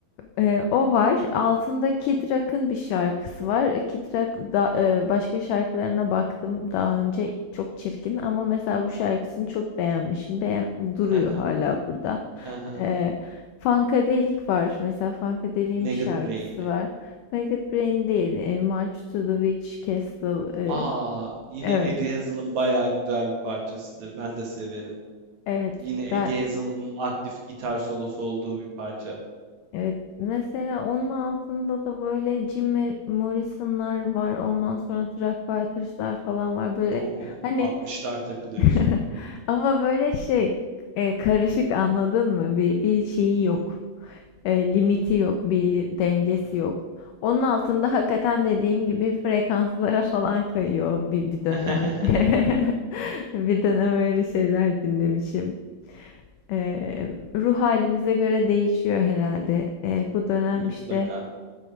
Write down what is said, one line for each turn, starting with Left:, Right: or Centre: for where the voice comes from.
Left: e, o var altında Kid Rock'ın bir şarkısı var E, Kid Rock da, e, başka şarkılarına baktım daha önce çok çirkin ama mesela bu şarkısını çok beğenmişim Beğen duruyor
Right: <laughs>
Left: hala burada
Right: Hı hı.
Left: e, Funkadelic var mesela Funkadelic'in
Right: Maggot
Left: bir şarkısı
Right: Brain mi?
Left: var Maggot Brain değil. E, March to the Witch Castle. e,
Right: Aa, yine
Left: Evet.
Right: Eddie Hazel'ın bayağı güzel bir parçasıdır. Ben de severim.
Left: evet.
Right: Yine
Left: ga-
Right: Eddie Hazel'ın aktif gitar solosu olduğu bir parça.
Left: evet. Mesela onun altında da böyle Jim Mar- Morrison'lar var. Ondan sonra Truck Fighters'lar falan var. Böyle
Right: Oo,
Left: hani
Right: 60'lar takılıyorsun.
Left: <laughs> Ama böyle şey, e, karışık anladın mı? Bir, bir şeyi
Right: Hı
Left: yok.
Right: hı,
Left: E, limiti yok, bir dengesi
Right: hı hı.
Left: yok. Onun altında hakikaten dediğin gibi frekanslara falan kayıyor bir, bir
Right: <laughs>
Left: dönem. <laughs> Bir dönem öyle şeyler dinlemişim. E, ruh halimize göre değişiyor herhalde. E, bu dönem
Right: Mutlaka.
Left: işte.